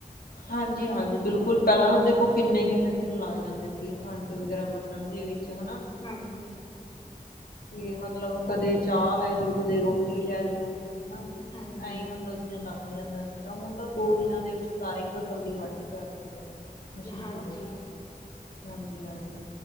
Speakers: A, on the left; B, on the left.
A: ਹਾਂਜੀ - ਹਾਂਜੀ ਬਿਲਕੁਲ ਪਹਿਲਾਂ ਤਾਂ ਦੇਖੋ ਕਿੰਨੇ - ਕਿੰਨੇ ਦਿਨ ਲੱਗ ਜਾਂਦੇ। ਸੀ ਕਣਕ ਵਗੈਰਾ ਵੱਡਣ ਦੇ ਵਿੱਚ ਹਨਾ।
B: ਹਾਂਜੀ।
A: ਤੇ ਮਤਲਬ ਕਦੇ ਚਾਹ ਲੈ ਜਓ, ਕਦੇ ਰੋਟੀ ਲੈ ਜਾਓ। ਹਨਾ,
B: ਹਾਂਜੀ।
A: ਐਂ ਮਤਲਬ ਦਿਨ ਲੰਘ ਜਾਂਦਾ ਸੀਗਾ ਹੁਣ ਤਾਂ ਦੋ ਦਿਨਾਂ ਦੇ ਵਿੱਚ ਸਾਰੀ ਫਸਲ ਦੀ ਵਾਢੀ ਕਰ ਦਿੰਦੇ ਨੇ ਮਸ਼ੀਨਾਂ
B: ਹਾਂਜੀ।
A: ਦੇ ਨਾਲ। ਹਾਂਜੀ - ਹਾਂਜੀ।